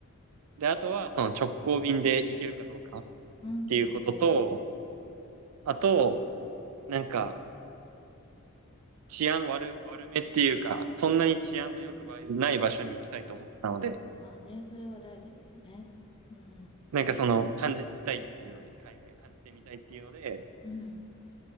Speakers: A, on the right; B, on the left.
A: で、あとはその直行便で行けるかどうかっ
B: うん、うん、
A: ていうことと、
B: うん。
A: あと、なんか治安悪、悪めっていうか、そんなに治安の良くない場所に行きたいと思ってたので、
B: まあね、それは大事ですね。うん、
A: なんかその感じたいっていうので、海外を感じてみたいっていうので、
B: うん、